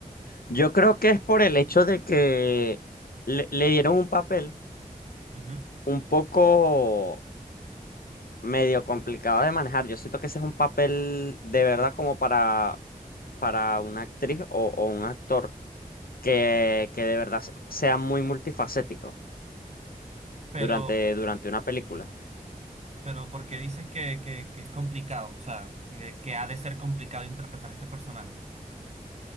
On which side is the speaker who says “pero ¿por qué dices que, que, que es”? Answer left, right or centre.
Right